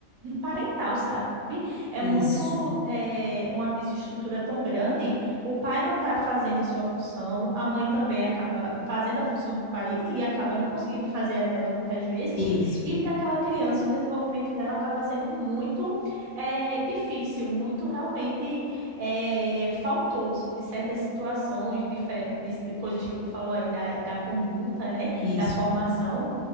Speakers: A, on the right; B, on the left.
A: parental, sabe? É
B: isso,
A: muito é, uma desestrutura tão grande. O pai não está fazendo a sua função, a mãe também acaba fazendo a função do pai e acaba não conseguindo fazer a dela muitas vezes.
B: isso,
A: E para aquela criança, o desenvolvimento dela acaba sendo muito é, difícil, muito realmente é, faltoso de certas situações, de, fe- de coisas que tu falou aí da, da conduta, né?
B: isso,
A: Da formação